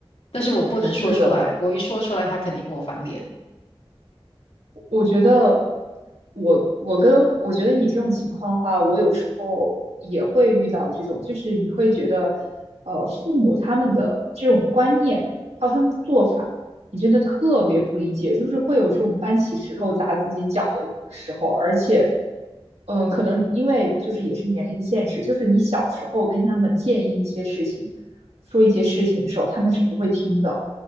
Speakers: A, on the left (about 80°); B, on the right (about 85°).
A: 但是我不能说出来，
B: 是的，
A: 我一说出来，他肯定跟我翻脸。
B: 我觉得我我跟我觉得你这种情况的话，我有时候也会遇到这种，就是你会觉得，呃，父母他们的这种观念还有他们的做法，你真的特别不理解，就是会有这种搬起石头砸自己脚的时候，而且，嗯、可能因为就是也是年龄的限制，就是你小时候跟他们建议一些事情，说一些事情的时候，他们是不会听的。